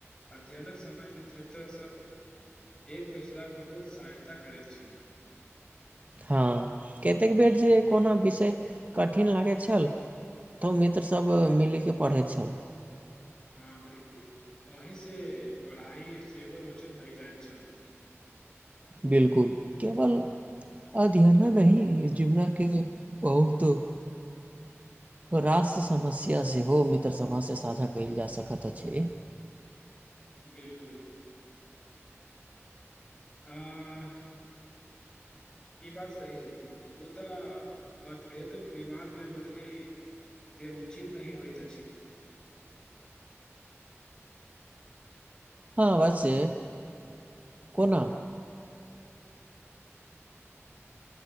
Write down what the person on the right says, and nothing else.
हँ कतेक बेर जे कोनो विषय कठिन लागैत छल तऽ मित्रसभ मिलि कऽ पढ़ै छल
बिलकुल केवल अध्ययन नहि जिमरा के बहुत रास समस्या सेहो मित्र सभँसें साझा कयल जा सकैत अछि
हँ ब छै कोना